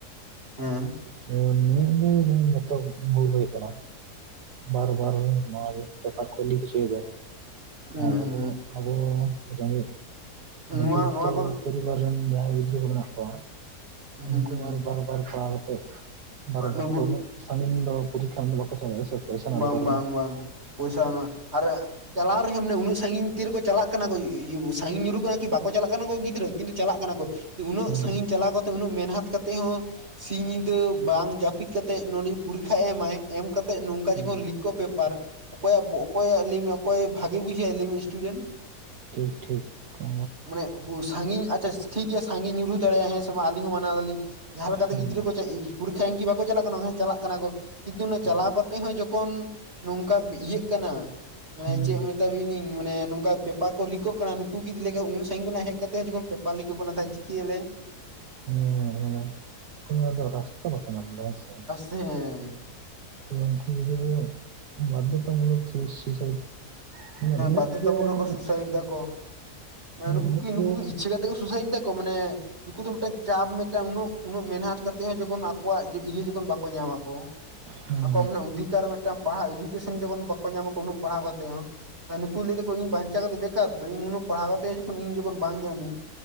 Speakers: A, on the right; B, on the right.
A: ᱦᱮᱸ
B: ᱛᱚ ᱱᱩᱭᱟᱜ ᱫᱚ <unintelligible> ᱵᱷᱩᱞ ᱦᱩᱭ ᱠᱟᱱᱟ᱾ ᱵᱟᱨ ᱵᱟᱨ ᱱᱚᱣᱟ ᱵᱮᱯᱟᱨ ᱠᱚᱭ ᱞᱤᱠ ᱦᱚᱪᱚᱭ ᱫᱟᱭ᱾
A: ᱦᱩᱸ
B: ᱟᱨ ᱟᱵᱚ ᱟᱵᱚ ᱥᱟᱝᱜᱮ ᱢᱚᱫᱫᱷᱚᱵᱤᱛᱛᱚ
A: ᱱᱚᱣᱟ ᱱᱚᱣᱟ ᱠᱚᱫᱚ
B: ᱯᱚᱨᱤᱵᱟᱨ ᱨᱮᱱ ᱡᱟᱦᱟᱸᱭ ᱜᱤᱫᱽᱨᱟᱹ ᱠᱚ ᱢᱮᱱᱟᱜ ᱠᱚᱣᱟ᱾
A: ᱦᱩᱸ
B: ᱩᱱᱠᱩ
A: ᱦᱩᱸ
B: ᱢᱟ ᱟᱨ ᱵᱟᱨ ᱵᱟᱨ ᱯᱟᱲᱦᱟᱣ ᱠᱟᱛᱮᱜ ᱵᱟᱨ ᱵᱟᱨ
A: ᱱᱩᱠᱩ
B: ᱫᱚ ᱩᱱᱟᱹᱜ ᱥᱟᱹᱜᱤᱧ ᱫᱚ ᱯᱚᱨᱤᱠᱠᱷᱟ ᱮᱢᱫᱚ ᱵᱟᱠᱚ ᱪᱟ ᱫᱟᱲᱮᱜ-ᱟ ᱥᱮ᱾ ᱯᱚᱭᱥᱟ ᱨᱮᱱᱟᱜ
A: ᱵᱟᱝ
B: ᱵᱮᱯᱟᱨ
A: ᱵᱟᱝ
B: ᱠᱟᱱᱟ
A: ᱵᱟᱝ ᱯᱚᱭᱥᱟ ᱩᱱᱟᱹᱜ ᱟᱨ ᱪᱟᱞᱟᱣ ᱠᱚᱨᱮ ᱦᱚᱸ ᱢᱟᱱᱮ ᱩᱱᱟᱹᱜ ᱥᱟᱹᱜᱤᱧ ᱛᱤᱨᱮᱠᱚ ᱪᱟᱞᱟᱜ ᱠᱟᱱᱟ ᱠᱚ᱾ ᱥᱟᱹᱜᱤᱧ ᱧᱩᱨᱩᱜ ᱠᱟᱱᱟ ᱠᱤ ᱵᱟᱠᱚ ᱪᱟᱞᱟᱜ ᱠᱟᱱᱟ ᱠᱚ ᱜᱤᱫᱽᱨᱟᱹ ᱠᱤᱱᱛᱩ ᱪᱟᱞᱟᱜ ᱠᱟᱱᱟ ᱠᱚ, <unintelligible> ᱩᱱᱟᱹᱜ
B: ᱦᱮᱸ
A: ᱥᱟᱹᱜᱤᱧ ᱪᱟᱞᱟᱣ ᱠᱟᱛᱮ ᱩᱱᱟᱹᱜ ᱢᱮᱱᱦᱟᱛ ᱠᱟᱛᱮᱜ ᱦᱚᱸ ᱥᱤᱧ ᱧᱤᱫᱟᱹ ᱵᱟᱝ ᱡᱟᱹᱯᱤᱫ ᱠᱟᱛᱮ ᱱᱚᱰᱮ ᱯᱚᱨᱤᱠᱠᱷᱟ ᱮᱢᱟᱭ, ᱮᱢ ᱠᱟᱛᱮ ᱱᱚᱝᱠᱟ
B: ᱦᱮᱸ
A: ᱡᱚᱠᱷᱚᱱ ᱞᱤᱠ ᱠᱚ ᱯᱮᱯᱟᱨ ᱚᱠᱚᱭᱟᱜ ᱞᱟᱹᱭ ᱢᱮ ᱚᱠᱚᱭ ᱵᱷᱟᱜᱤ ᱵᱩᱡᱷᱟᱹᱣᱟᱭ ᱞᱟᱹᱭ ᱢᱮ ᱤᱥᱴᱩᱰᱮᱱᱴ᱾
B: ᱴᱷᱤᱠ ᱴᱷᱤᱠ ᱚ
A: ᱢᱟᱱᱮ ᱥᱟᱸᱜᱤᱧ ᱟᱪᱪᱷᱟ ᱴᱷᱤᱠ ᱜᱮᱭᱟ ᱥᱟᱹᱜᱤᱧ ᱧᱩᱨᱦᱩ ᱫᱟᱲᱮᱭᱟᱜᱼᱟ, ᱦᱮᱸ ᱪᱮᱵᱟ ᱟᱹᱞᱤᱧ ᱦᱚᱸ ᱢᱟᱱᱟᱣ ᱫᱟᱞᱤᱧ ᱡᱟᱦᱟᱸ ᱞᱮᱠᱟᱛᱮ
B: ᱦᱮᱸ
A: ᱜᱤᱫᱽᱨᱟᱹ ᱠᱚ ᱪᱟ, ᱯᱚᱨᱤᱠᱠᱷᱟ ᱮᱢᱠᱤ ᱵᱟᱠᱚ ᱪᱟᱞᱟᱜ ᱠᱟᱱᱟ ᱱᱚᱜ-ᱚᱭ ᱪᱟᱞᱟᱜ ᱠᱟᱱᱟ ᱠᱚ᱾ ᱠᱤᱱᱛᱩ ᱚᱱᱮ
B: ᱦᱮᱸ
A: ᱪᱟᱞᱟᱣ ᱠᱟᱛᱮᱜ ᱦᱚᱸ ᱡᱚᱠᱷᱚᱱ ᱱᱚᱝᱠᱟ ᱤᱭᱟᱹᱜ ᱠᱟᱱᱟ᱾ ᱢᱟᱱᱮ
B: ᱦᱮᱸ
A: ᱪᱮᱜ ᱢᱮᱛᱟ ᱵᱤᱱᱤᱧ ᱢᱟᱱᱮ ᱱᱚᱝᱠᱟ ᱯᱮᱯᱟᱨ ᱠᱚ ᱞᱤᱠᱚᱜ ᱠᱟᱱᱟ ᱱᱩᱠᱩ ᱠᱤᱫ ᱞᱮᱠᱟ ᱩᱱᱟᱹᱜ ᱥᱟᱹᱜᱤᱧ ᱠᱷᱚᱱᱟᱜ ᱦᱮᱡ ᱠᱟᱛᱮ ᱦᱚᱸ ᱡᱚᱠᱷᱚᱱ ᱯᱮᱯᱟᱨ ᱞᱤᱠᱚᱜ ᱠᱟᱱᱟ, ᱛᱟᱭ ᱪᱤᱠᱟᱹᱭ ᱟᱞᱮ?
B: <unintelligible> ᱢᱟᱱᱮ ᱠᱳᱱᱳ ᱟᱫᱚ ᱨᱟᱥᱛᱟ ᱵᱟᱠᱚ ᱧᱟᱢ ᱫᱟ ᱦᱮ ᱥᱮ᱾
A: ᱦᱮᱸ
B: ᱛᱚ ᱩᱱᱠᱩ ᱜᱤᱫᱽᱨᱟᱹ ᱵᱟᱫᱫᱷᱚᱜ ᱛᱟ ᱠᱟᱱ ᱜᱮᱠᱚ ᱥᱩ ᱥᱩᱥᱟᱭᱤᱰ᱾ ᱢᱟᱱᱮ ᱦᱤᱱᱟᱹᱜ
A: ᱵᱟᱫᱫᱷᱚᱛᱟ
B: ᱜᱮ
A: ᱢᱩᱞᱚᱠ
B: ᱢᱟᱱᱮ
A: ᱠᱚ ᱥᱩᱥᱟᱭᱤᱰ ᱫᱟᱠᱚ ᱢᱟᱱᱮ ᱱᱩᱠᱩ
B: ᱦᱤᱱᱟᱹᱜ
A: ᱠᱤ ᱱᱩᱠᱩ
B: ᱜᱮ
A: ᱠᱤ ᱤᱪᱪᱷᱟ ᱠᱟᱛᱮᱜ ᱠᱚ ᱥᱩᱥᱟᱭᱤᱰ ᱫᱟ ᱠᱚ, ᱢᱟᱱᱮ ᱱᱩᱠᱩ ᱫᱚ ᱢᱤᱜᱴᱟᱝ ᱪᱟᱯ ᱢᱤᱜᱴᱟᱝ ᱩᱱᱟᱹᱜ, ᱩᱱᱟᱹᱜ ᱢᱮᱦᱟᱱᱚᱛ ᱠᱟᱛᱮ ᱦᱚᱸ ᱡᱚᱠᱷᱚᱱ ᱟᱠᱚᱣᱟᱜ ᱡᱤ ᱤᱭᱟᱹ ᱡᱚᱠᱷᱚᱱ ᱵᱟᱠᱚ ᱧᱟᱢᱟ ᱠᱚ᱾
B: ᱦᱮᱸ
A: ᱟᱠᱚᱣᱟᱜ ᱢᱟᱱᱮ ᱚᱫᱷᱤᱠᱟᱨ ᱢᱮᱜᱴᱟᱝ᱾ ᱯᱟᱲᱦᱟᱣ ᱮᱰᱩᱠᱮᱥᱚᱱ ᱡᱚᱠᱷᱚᱱ ᱵᱟᱠᱚ ᱧᱟᱢᱟᱠᱚ ᱩᱱᱟᱹᱜ ᱯᱟᱲᱦᱟᱣ ᱠᱟᱛᱮ ᱦᱚᱸ᱾ ᱟᱨ ᱱᱩᱠᱩ ᱞᱟᱹᱭ ᱫᱟᱠᱚ ᱤᱧ ᱵᱟᱧᱪᱟᱣ ᱠᱟᱛᱮ ᱵᱮᱠᱟᱨᱛᱚ, ᱤᱧ ᱱᱩᱱᱟᱹᱜ ᱯᱟᱲᱦᱟᱣ ᱠᱟᱛᱮ ᱦᱤᱡᱩᱜ ᱠᱟᱱᱟᱹᱧ ᱤᱧ ᱡᱚᱠᱷᱚᱱ ᱵᱟᱝ ᱧᱟᱢᱤᱧ᱾